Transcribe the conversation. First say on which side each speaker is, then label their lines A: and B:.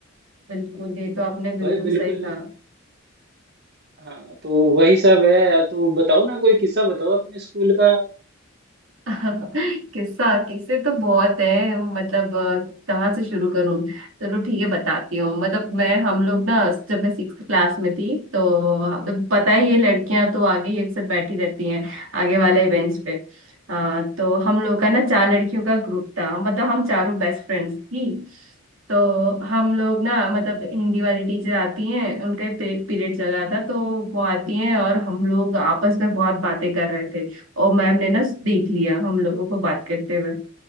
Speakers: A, on the right; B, on the right.
A: बिल्कुल ये तो आपने बिल्कुल
B: भाई बिल्कुल
A: सही कहा
B: हाँ तो वही सब है तो बताओ ना कोई किस्सा बताओ अपने स्कूल का
A: <laughs> किस्सा किस्से तो बहुत है मतलब अ, कहाँ से शुरू करूँ चलो ठीक है बताती हूँ मतलब मैं हम लोग ना जब मैं सिक्स क्लास में थी तो अब पता ही है लड़कियां तो आगे ही अक्सर बैठी रहती हैं आगे वाले बेंच पे अ, तो हम लोग का ना चार लड़कियों का ग्रुप था मतलब हम चारों बेस्ट फ्रेंड्स थी तो हम लोग ना मतलब हिंदी वाली टीचर आती हैं उनका पीरियड चल रहा था तो वो आती हैं और हम लोग आपस में बहुत बातें कर रहे थे और मैम ने ना देख लिया हम लोगों को बात करते हुए